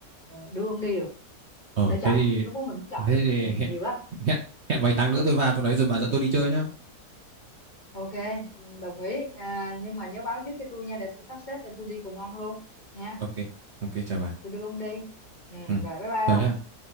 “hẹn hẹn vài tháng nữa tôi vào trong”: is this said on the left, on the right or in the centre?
Right